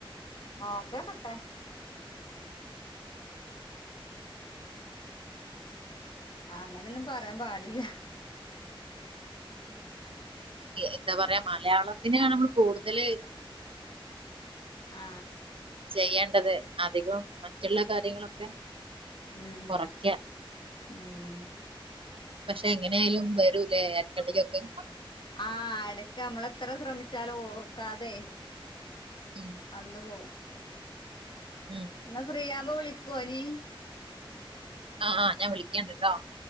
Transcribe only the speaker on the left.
ഓക്കെ പട്ടെ അങ്ങനൊന്നും പറയാൻ പാടില്ല
ആ
ഉം
ഉം
ആ എടക്ക് നമ്മളെത്ര ശ്രമിച്ചാലും ഓർക്കാതെ
വന്ന് പോകും
എന്നാ ഫ്രീയാവുമ്പോ വിളിക്കോ ഇനി